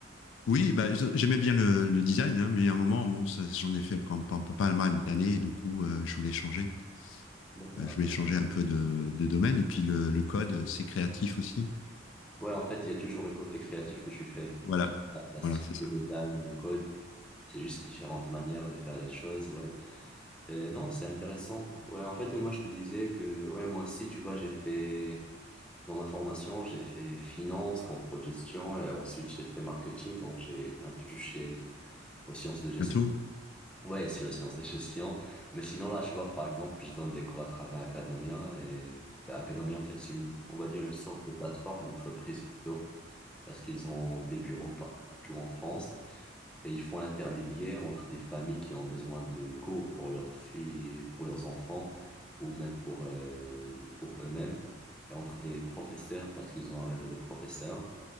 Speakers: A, on the left; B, in the centre.
A: Oui, bah, je- j'aimais bien le, le design, hein, mais à un moment, bon, ça- j'en ai fait quand- pas, pas- pas mal d'années, et du coup, euh, je voulais changer.
B: D'accord.
A: Euh, je voulais changer un peu de, de domaine, et puis le, le code, euh, c'est créatif aussi.
B: Ouais, en fait, il y a toujours le côté créatif que tu fais.
A: Voilà,
B: La plastique,
A: voilà, c'est ça.
B: le design, le code. C'est juste différentes manières de faire les choses, ouais. Et non, c'est intéressant. Ouais, en fait, moi, je te disais que, ouais, moi aussi, tu vois, j'ai fait Dans ma formation, j'ai fait finance, contrôle gestion et ensuite j'ai fait marketing, donc j'ai un peu touché aux sciences de gestion.
A: À tout.
B: Ouais, sur les sciences de gestion. Mais sinon, là, tu vois, par exemple, je donne des cours à travers Academia et bah, Academia, en fait, c'est une, on va dire une sorte de plateforme entreprise plutôt, parce qu'ils ont des bureaux partout en France. Et ils font l'intermédiaire entre des familles qui ont besoin de cours pour leurs filles, pour leurs enfants, ou même pour, euh, pour eux-mêmes, et entre des professeurs, parce qu'ils ont un réseau de professeurs.